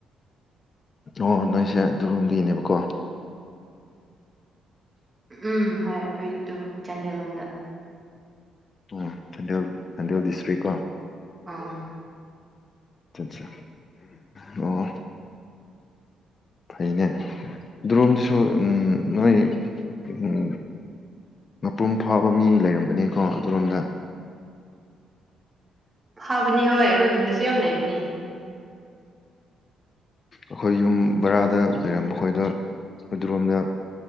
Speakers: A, on the left; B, on the right.
A: ꯑꯣ ꯅꯣꯏꯁꯦ ꯑꯗꯨꯔꯣꯝꯗꯩꯅꯦꯕꯀꯣ
B: ꯎꯝ ꯍꯣꯏ ꯑꯩꯈꯣꯏ ꯇꯨ ꯆꯥꯟꯗꯦꯜ ꯂꯣꯝꯗ꯫
A: ꯎꯝ ꯆꯥꯟꯗꯦꯜ ꯆꯥꯟꯗꯦꯜ ꯗꯤꯁꯇ꯭ꯔꯤꯛ ꯀꯣ꯫
B: ꯑꯥ꯫
A: ꯑꯠꯆꯥ ꯑꯣ꯫ ꯐꯩꯅꯦ ꯑꯗꯨꯔꯣꯝꯗꯁꯨ ꯑꯪ ꯅꯣꯏ ꯎꯪ ꯉꯥꯄ꯭ꯔꯨꯝ ꯐꯥꯕ ꯃꯤ ꯂꯩꯔꯝꯒꯅꯤꯀꯣ ꯑꯗꯨꯔꯣꯝꯗ꯫
B: ꯐꯥꯕꯅꯤ ꯍꯣꯏ ꯑꯩꯈꯣꯏ ꯈꯨꯟꯗꯁꯨ ꯌꯥꯝ ꯂꯩꯕꯅꯤ꯫
A: ꯑꯈꯣꯏ ꯌꯨꯝ ꯕꯔꯥꯗ ꯂꯩꯔꯝꯕ ꯈꯣꯏꯗꯣ ꯑꯗꯨꯔꯣꯝꯗ